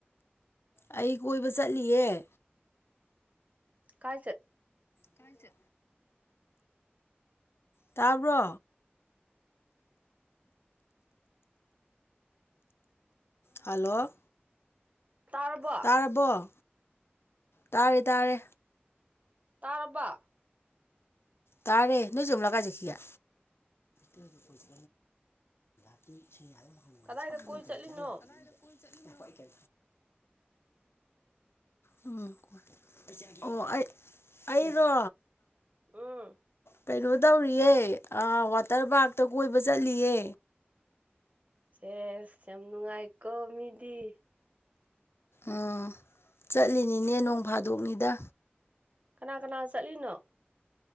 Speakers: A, on the left; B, on the right.
A: ꯑꯩ ꯀꯣꯏꯕ ꯆꯠꯂꯤꯌꯦꯦ
B: ꯀꯥꯏ ꯆꯠ
A: ꯀꯥꯟꯇ ꯇꯥꯕ꯭ꯔꯣ ꯍꯜꯂꯣ
B: ꯇꯥꯔꯕꯣ
A: ꯇꯥꯔꯕꯣꯔꯕ ꯇꯥꯔꯦ ꯇꯥꯔꯦ
B: ꯇꯥꯔꯕ
A: ꯇꯥꯔꯦ ꯅꯣꯏꯖꯝꯂꯒꯥꯛ ꯀꯀꯤꯌꯥ ꯑꯩ ꯀꯣꯏꯁꯨ ꯀ ꯏꯁꯤꯡꯌꯥ ꯑꯗꯨꯝ ꯍꯪꯉꯩꯁ
B: ꯀꯗꯥꯏꯗ
A: ꯄꯥꯅ
B: ꯀꯣꯏ
A: ꯑꯗꯨꯝ
B: ꯆꯠꯂꯤꯅꯣ
A: ꯆꯠꯂꯥꯛꯄꯣꯏꯩꯦ ꯎꯝ ꯑꯣ ꯑꯩ ꯑꯩꯔꯣ
B: ꯎꯝ
A: ꯀꯩꯅꯣ ꯇꯧꯔꯤꯌꯦ ꯋꯥꯇꯔ ꯄꯥꯔꯛꯇ ꯀꯣꯏꯕ ꯆꯠꯂꯤꯌꯦ
B: ꯁꯦꯁ ꯌꯥꯝ ꯅꯨꯡꯉꯥꯏꯀꯣ ꯃꯤꯗꯤ
A: ꯑꯣ ꯆꯠꯂꯤꯅꯤꯅꯦ ꯅꯣꯡ ꯐꯥꯗꯣꯛꯅꯤꯗ
B: ꯀꯅꯥ ꯀꯅꯥ ꯆꯠꯂꯤꯅꯣ